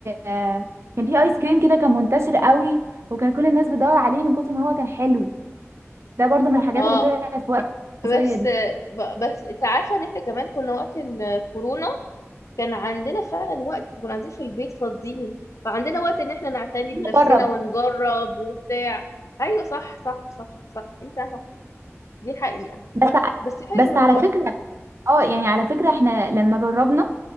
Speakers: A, on the right (about 60°); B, on the left (about 80°).
A: آه كان في ايس كريم كده كان منتشر قوي وكان كل الناس بتدور عليه من كتر ما هو كان حلو ده برضو من الحاجات
B: اه
A: اللي طلعت في وقت الحصريه
B: بس
A: دي
B: ب- بس انت عارفة ان احنا كمان كنا وقت الكورونا كان عندنا فعلا وقت كنا قاعدين في البيت فاضيين فعندنا وقت ان احنا نعتني بنفسنا
A: جرب
B: ونجرب وبتاع ايوه صح صح صح صح انت صح دي حقيقة
A: بس ع-
B: بس حلو
A: بس
B: والله
A: على فكرة اه يعني على فكرة احنا لما جربنا